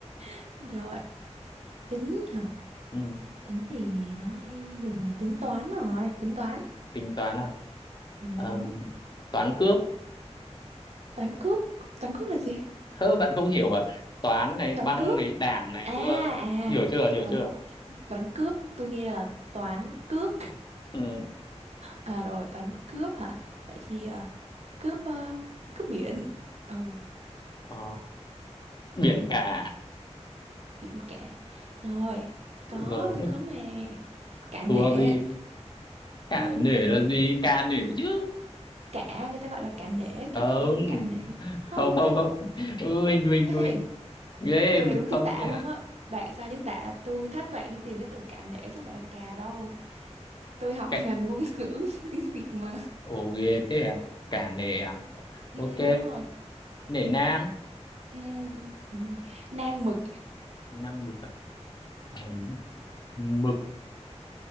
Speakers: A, on the right (about 70°); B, on the left (about 40°).
A: <laughs> rồi tính hả
B: Ừm,
A: tính thì nó hay dùng là tính toán rồi tính toán
B: tính toán à
A: ừ, đúng
B: Ờ, toán cướp
A: toán cướp toán cướp là gì
B: hơ bạn không hiểu à toán này
A: toán
B: băng
A: cướp
B: này đảng này
A: à
B: nữa ấy.
A: à
B: hiểu chưa hiểu
A: toán
B: chưa
A: toán cướp tôi nghĩ là toán cướp
B: ừ.
A: à rồi toán cướp hả vậy thì à, cướp à, cướp biển ừ
B: ờ, biển cả
A: biển cả rồi có
B: rồi
A: tôi có mà cả
B: thua
A: nể
B: gì cả
A: Ừm,
B: là nể
A: làm gì
B: là gì ca nể chứ
A: cả người ta gọi là cả nể
B: không
A: kiểu cái tính cả nể không
B: không
A: người
B: không
A: ta
B: không Ừ, mình mình mình
A: Ê,
B: ghê
A: từ này đúng chính
B: không
A: tả
B: nha
A: luôn á bạn sai chính tả tôi thách bạn đi tìm cái từ cả nể chứ không phải là cà đâu tôi học
B: cả
A: ngành ngôn ngữ <laughs> tiếng Việt mà
B: ồ ghê thế à cả nể à
A: ừ,
B: ok
A: đúng rồi
B: nể nang
A: ừ, ừ. nang mực
B: nang mực à Ờ, mực